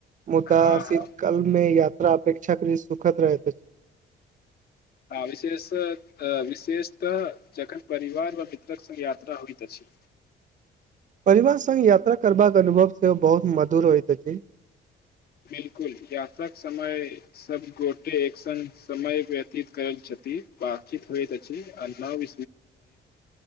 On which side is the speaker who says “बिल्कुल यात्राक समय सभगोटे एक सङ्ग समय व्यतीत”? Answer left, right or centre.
Left